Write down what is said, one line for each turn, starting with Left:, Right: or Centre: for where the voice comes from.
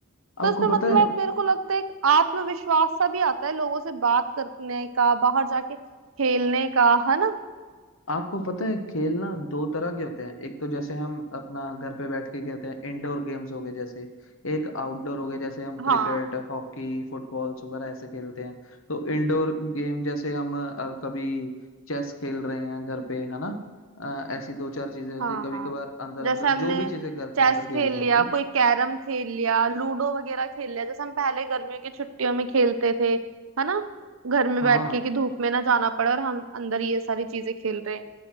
Right: तो
Left: आपको
Right: उसमें
Left: पता
Right: मतलब
Left: है
Right: मेरे को लगता है एक आत्मविश्वास सा भी आता है लोगों से बात करने का बाहर जाके खेलने का है ना
Left: आपको पता है खेलना दो तरह के होते हैं एक तो जैसे हम अपना घर पे बैठ के खेलते हैं इंडोर गेम्स हो गए जैसे एक आउटडोर हो गए जैसे हम
Right: हाँ
Left: क्रिकेट हॉकी फुटबॉल वगैरह ऐसे खेलते हैं तो इंडोर गेम जैसे हम अ, अब कभी चेस खेल रहे हैं घर पे है ना अ, ऐसी दो चार चीजें होती
Right: हाँ
Left: कभी
Right: हाँ
Left: कभार अंदर
Right: जैसे
Left: अंदर
Right: हमने
Left: जो भी चीजें घर के
Right: चेस
Left: अंदर खेलते
Right: खेल
Left: हैं
Right: लिया
Left: मतलब
Right: कोई कैरम खेल लिया लूडो वगैरह खेल लिया जैसे हम पहले गर्मियों की छुट्टियों में खेलते थे है ना घर में
Left: हाँ
Right: बैठ के कि धूप में ना जाना पड़े और हम अंदर ये सारी चीजें खेल रहे हैं